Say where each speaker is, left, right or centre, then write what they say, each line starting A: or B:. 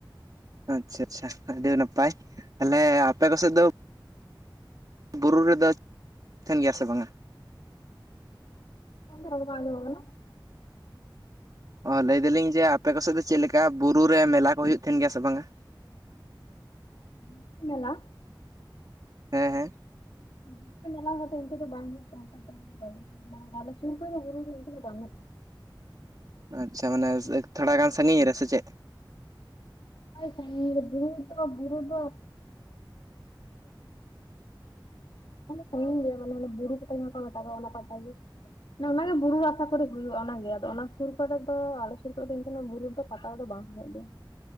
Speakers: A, on the right; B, on the left.
A: ᱟᱪᱪᱷᱟ ᱟᱪᱪᱷᱟ ᱟᱹᱰᱤ ᱱᱟᱯᱟᱭ ᱛᱟᱦᱚᱞᱮ ᱟᱯᱮ ᱠᱚᱥᱮᱫ ᱫᱚ ᱵᱩᱨᱩ ᱨᱮᱫᱚ ᱛᱟᱦᱮᱱ ᱜᱮᱭᱟ ᱥᱮ ᱵᱟᱝᱟ?
B: ᱵᱟᱝ ᱫᱚ ᱨᱚᱲᱵᱟᱝ ᱟᱡᱚᱢᱚᱜ ᱠᱟᱱᱟ ᱾
A: ᱚ ᱞᱟᱹᱭ ᱫᱟᱞᱤᱧ ᱡᱮ ᱟᱯᱮ ᱠᱚᱥᱮᱫ ᱫᱚ ᱪᱮᱫ ᱞᱮᱠᱟ ᱵᱩᱨᱩ ᱨᱮ ᱢᱮᱞᱟ ᱠᱚ ᱦᱩᱭᱩᱜ ᱛᱟᱦᱮᱱ ᱜᱮᱭᱟ ᱥᱮ ᱵᱟᱝ-ᱟ?
B: <inaudible>
A: ᱦᱮᱸ ᱦᱮᱸ᱾
B: <inaudible>
A: ᱟᱪᱪᱷᱟ ᱢᱟᱱᱮ ᱛᱷᱚᱲᱟ ᱜᱟᱱ ᱥᱟᱜᱤᱧ ᱨᱮᱥᱮ ᱪᱮᱫ
B: <inaudible> ᱦᱮᱸ ᱡᱮ ᱚᱱᱰᱮ ᱠᱷᱚᱱ ᱫᱚ ᱥᱟᱜᱤᱧ ᱜᱮᱭᱟ ᱢᱟᱱᱮ ᱵᱩᱲᱩ ᱯᱟᱛᱟ ᱡᱟᱦᱟᱸ ᱠᱚ ᱢᱮᱛᱟᱟᱜ ᱚᱱᱟ ᱯᱟᱛᱟ ᱜᱮ ᱾ ᱢᱟᱱᱮ ᱚᱱᱟᱜᱮ ᱵᱩᱨᱩ ᱨᱮ ᱟᱥᱟ ᱠᱚᱨᱤ ᱦᱩᱭᱩᱜ-ᱟ ᱚᱱᱟᱜᱮ ᱟᱫᱚ ᱚᱱᱟ ᱥᱩᱨ ᱠᱚᱨᱮ ᱫᱚ ᱟᱞᱮ ᱥᱩᱨ ᱠᱚᱨᱮ ᱫᱚ ᱚᱱᱠᱟᱱᱟᱜ ᱵᱩᱨᱩ ᱫᱚ ᱯᱟᱛᱟ ᱫᱚ ᱵᱟᱝ ᱦᱩᱭᱩᱜ ᱜᱮᱭᱟ᱾